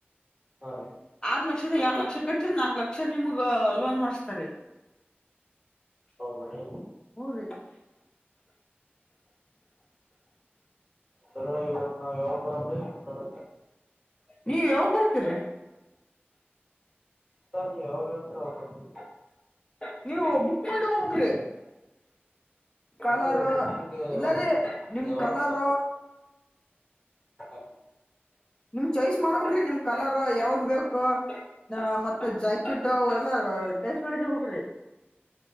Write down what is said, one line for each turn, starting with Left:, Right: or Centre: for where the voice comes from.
Centre: ಹಾ ರೀ
Left: ಆ ಲಕ್ಷ ಲಕ್ಷದ ಎರ ಲಕ್ಷ ಕಟ್ರಿ ನಾಕ ಲಕ್ಷ ನಿಮಗ್ ಲೋನ್ ಮಾಡಸ್ತಾರೆ
Centre: ಹೌಬ್ರಿ
Left: ಹಊನ್ ರೀ
Centre: ಸರ್ ಇವಾಗ ನಾವ್ ಯಾವಪುರಂ್ರೀ ಮಾತನಾಡ
Left: ನೀವ ಯಾವ ಬರ್ತೀರ
Centre: ಸರಿ ಯಾವಾಗ ಹೇಳ್ತರ ಬರ್ು
Left: ಹಾಂ ನೀವು ಬುಕ್ ಮಾಡಿ ಹೋಗಬ್ರಿ ಕಲರ್
Centre: ಅದೇ ರೀ ಬುಕ್ಕಿಂಗ್ ಯಾವಾಗ
Left: ಇಲ್ಲಾರಿೀ ನಿಮ
Centre: ಯಾವಾಗ
Left: ಕಲರ್
Centre: ಹಾ
Left: ನಿಮ್ ಚಾಯ್ಸ್ ಮಾಡ್ಬೇಕ್ರಿ ನಿಮ್ ಕಲರ್ ಯಾವ್ದ್ ಬೇಕು ನ ಮತ್ತೆ ಜಾಕೆಟ್ ಎಲ್ಲ ಚೈಸ್ ಮಾಡಿಗೆ ಹೋಗ್ರಿ